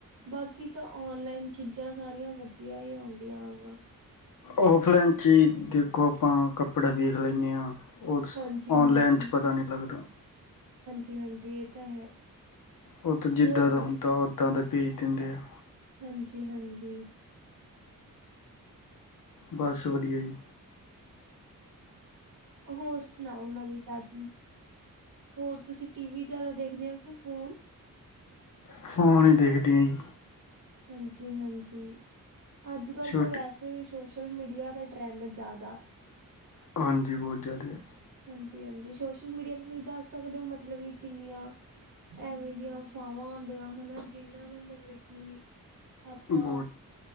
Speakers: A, on the right; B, on the left.
A: ਬਾਕੀ ਤਾਂ ਔਨਲਾਈਨ ਚੀ ਚੀਜ਼ਾਂ ਸਾਰੀਆਂ ਵਧੀਆ ਹੀ ਆਉਂਦੀਆਂ ਵਾਂ।
B: ਔਫਲਾਈਨ ਚ ਹੀ ਦੇਖੋ ਆਪਾਂ ਕੱਪੜਾ ਵੇਖ ਲੈਂਦੇ ਹਾਂ। ਔਰ
A: ਹਾਂਜੀ-ਹਾਂਜੀ,
B: ਔਨਲਾਈਨ ਚ ਪਤਾ ਨਹੀਂ ਲੱਗਦਾ।
A: ਜੀ ਹਾਂਜੀ, ਇਹ ਤਾਂ ਹੈ।
B: ਉਹ ਤਾਂ ਜਿੱਦਾਂ
A: ਹੋਰ
B: ਦਾ ਹੁੰਦਾ ਓਦਾਂ ਦੇ ਭੇਜ ਦਿੰਦੇ ਆ।
A: ਹਾਂਜੀ, ਹਾਂਜੀ।
B: ਬਸ ਚੋਲੀ ਹੈ ਜੀ।
A: ਹੋਰ ਸੁਣਾਓ ਨਵੀਂ ਤਾਜ਼ੀ, ਹੋਰ ਤੁਸੀਂ ਟੀਵੀ ਜਿਆਦਾ ਦੇਖਦੇ ਹੋ ਕਿ ਫੋਨ।
B: ਫੋਨ ਹੀ ਦੇਖਦਿਆਂ ਜੀ।
A: ਹਾਂਜੀ, ਹਾਂਜੀ। ਅੱਜ- ਕੱਲ੍ਹ
B: ਛੋਟੇ
A: ਤਾਂ ਵੈਸੇ ਵੀ ਸੋਸ਼ ਸੋਸ਼ਲ ਮੀਡੀਆ ਦਾ ਟਰੈਂਡ ਜ਼ਿਆਦਾ।
B: ਹਾਂਜੀ ਬਹੁਤ ਜ਼ਾਦੇ ਆ।
A: ਹਾਂਜੀ -ਹਾਂਜੀ ਸੋਸ਼ਲ ਮੀਡੀਆ ਤੇ ਤੁਸੀਂ ਦੱਸ ਸਕਦੇ ਹੋ ਮਤਲਬ ਕਿ ਕਿੰਨੀਆਂ ਐਵੇਂ ਦੀਆਂ ਅਫਾਵਾਂ ਆਉਂਦੀਆਂ ਹਨਾ ਜਿਨਾਂ ਨੂੰ ਮਤਲਬ ਕਿ ਆਪਾਂ
B: ਬਹੁਤ